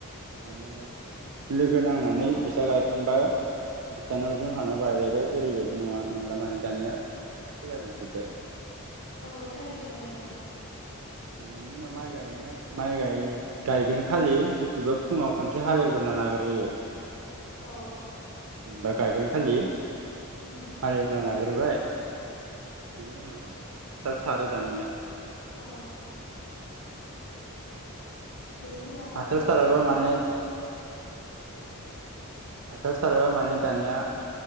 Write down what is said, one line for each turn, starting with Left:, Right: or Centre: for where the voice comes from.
Right: माने लोगो नांनानै
Left: औ
Right: बिसा गायखांबा जानाव जोंहानाव गायलायबाय ओरैबायदि नङा नंला माने दानिया सोलायलांजोबबाय।
Left: औ थारैनो नोंथां।
Right: बेनि उनाव माइ गायनो माइ गाय गायगोन खालि जितुबा फुंयाव खनसे हालेवग्रोना लाग्रोयो।
Left: औ
Right: बा गायगोन खालि
Left: उम
Right: हालेवना लाग्रोबाय। बिनि उनाव हासार सारो दानिया
Left: औ बेनि उनावहाय
Right: हासार
Left: माइखौ
Right: साराबा
Left: गायहैबाय।
Right: माने हासार साराबा माने दानिया